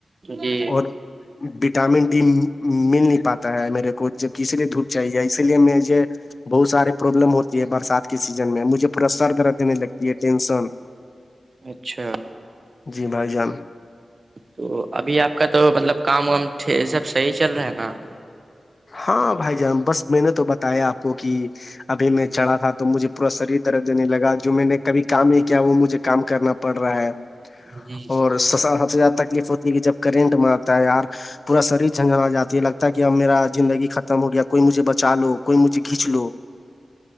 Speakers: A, on the right (about 50°); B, on the left (about 50°).
A: جی
B: اور وٹامن ڈی مل نہیں پاتا ہے میرے کو جب کسی نے دھودپ چاہیے اس مج بہت سارے پروابلم ہوتی ہے برسات کی سیزن میں مجھے پ سرر دینے لگتا ٹینشن
A: اچھا
B: جی بھائی جان
A: تو ابھی آپ کا تو مطلب کام وام سب صحیح چل رہا ہے نا
B: ہاں بھائی جان بس میں نے تو بتایا آپ کو کہ ابھی میں چڑھا تھا تو مجھے پورا شریر طرف دینے لگا جو میں نے کبھی کام نہیں کیا وہ مجھے کام کرنا پ پڑ رہا ہے
A: جی
B: اور سسال سب سے زیادہ تکلیف ہوتی کہ جب کرنٹ مارتا ہے یار پورا شریر جھنجا آ جاتی ہے لگتا ہے کہ اب میرا زندی ختم ہویا کوئی مجھے بچ چ لو کوئی مجھے کھیچ لو